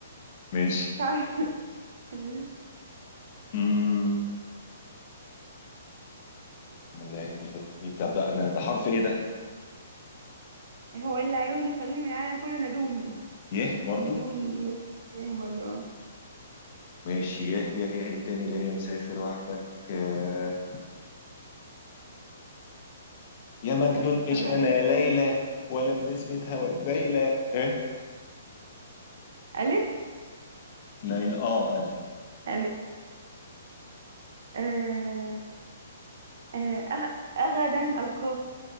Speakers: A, on the left; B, on the right.
A: <laughs> ماشي
B: مش عارفة <laughs>
A: امم ولا يهمني خدمني ده بقى انا ده حرف ايه ده
B: هو العيون خدوني من العالم كله نادوني
A: يه برضو
B: نادوني يعني برضه
A: ماشي يه يه يه ايه تاني غير يا مسافر وحدك آه يا مجنون
B: أفكر
A: مش
B: معاك
A: انا ليلى ولا بنسمة هواك بايلة ايه
B: ألف
A: ليلى اه الف
B: ألف آه، آه، أغ- أغدا ألقاك